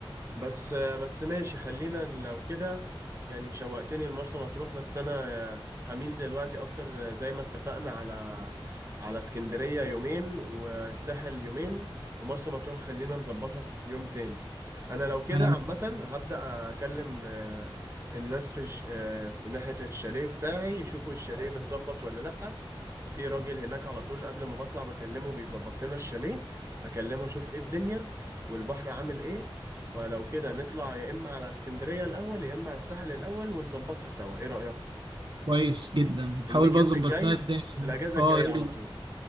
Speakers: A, on the right (about 30°); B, on the right (about 55°).
A: بس بس ماشي خلينا لو كده يعني شوقتني لمرسى مطروح بس انا هميل دلوقتي اكتر زي زي ما اتفقنا على على اسكندرية يومين والساحل يومين ومرسى مطروح خلينا نظبطها في يوم تاني انا لو كده
B: انا
A: عامة هبدأ اكلم آه، الناس في الش- آه، في ناحية الشاليه بتاعي يشوفوا الشاليه متظبط ولا لأ في راجل هناك على طول قبل ما بطلع بكلمه بيظبط لنا الشاليه هكلمه اشوف ايه الدنيا والبحر عامل ايه فلو كده نطلع يا اما على اسكندرية الاول يا اما على الساحل الاول ونظبطها سوا ايه رأيك
B: كويس جدا حاول
A: الويكند
B: بقى تظبط
A: الجاي
B: لنا الدنيا
A: الاجازة
B: اه
A: الجاية
B: يلا
A: على طول